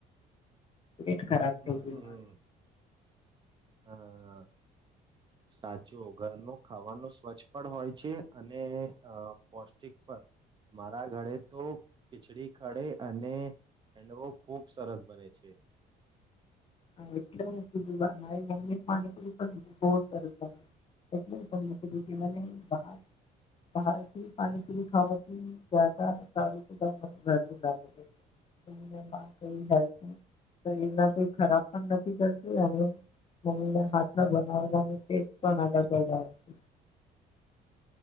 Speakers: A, on the left (about 35°); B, on the right (about 30°).
A: પેટ ખરાબ
B: હમ
A: થઈ ગયું
B: હમ.
A: મારું.
B: હા. સાચું, ઘરનું ખાવાનું સ્વચ્છ પણ હોય છે અને અ પૌષ્ટિક પણ. મારા ઘરે તો ખિચડી ખડે અને હેન્ડવો ખૂબ સરસ બને છે.
A: હન, એટલે હુ કીધુ મારી મમ્મી પાણી પુરી પણ બઉ સરસ બનાવે. એટલે હુ તમને કીધુ કે મને બહાર બહારથી પાણીપુરી ખાવાથી જયાદા સારું તો ભાઈ મને ઘરું લાગે છે. <unintelligible> શરીર કઈ ખરાબ પણ નથી કરતુ અને મમ્મીને હાથના બનાવેલાનો ટેસ્ટ પણ અલગ જ આવે છે.
B: <inaudible>